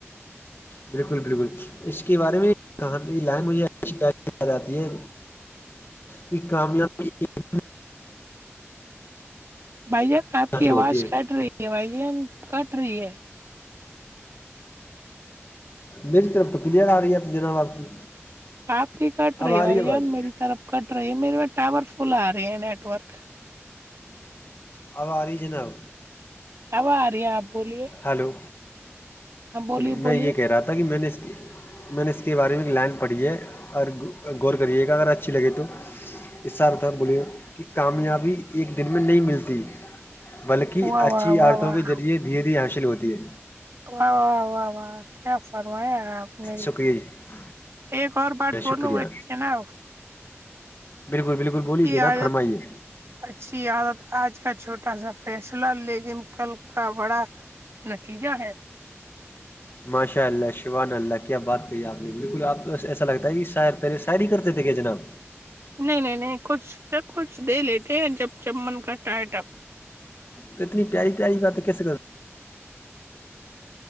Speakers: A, on the left; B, on the right.
A: بالکل بالکل اس کے بارے میں کہاں لینگ آتی ہے کی کامیابی <unintelligible>
B: بھائیین آپ
A: حاصل
B: کی آواز
A: ہوتی ہے
B: کٹ رہی ہے بھائی جین کٹ رہی ہے
A: میری طرف تو کلیئر آ رہی ہے تجرب باپ کی
B: آپ کی کٹ رہی
A: اب آ
B: ہو بھائی
A: ہے آواز
B: ان میری طرف کٹ رہی ہے میرے ٹاور فل آ رہے ہیں نیٹ ورک
A: اب آیجنل
B: اب آ رہی ہے آپ بولیے <unintelligible>
A: ہلو
B: ہاں بولیے
A: چلو میں
B: بولیے
A: یہ کہہ رہا تھا کہ میں نے اس کی میں نے اس کے بارے میں ایک لائن پڑھی ہے اور غور کریے گا اگر اچھی لگے تو اس س ارھ ہے بولیے کہ کامیابی ایک دن میں نہیں ملتی بلکہ
B: واہ
A: اچھی
B: واہ واہ
A: عتوں
B: واہ
A: کے ذریعے دھیر دھی حاصل ہوتی ہے
B: و و و کیا فرمیا <unintelligible>
A: شکریہ جی
B: ایک اور بات بولو
A: شکریہ
B: ہو چ نا آ <unintelligible>
A: بالکل بالکل بولیے نا
B: عادت
A: فرمائیے
B: اچھی عادت آج کا چھوٹا سا فیصلہ لیکن کل کا بڑا نتیجہ ہے
A: ماشاء اللہ شوان اللہ کیا بات کہی آپ نے بالکل آپ تو ایسا لگتا ہے کہ شاعر <unintelligible> پہلے سری کرتے تھے کہ جناب
B: نہیں نہیں نہیں کچھ سب کچھ دے لیتے جب چمن کاٹ ہےٹم
A: تو اتنی پیاری پیاری بات کیس کر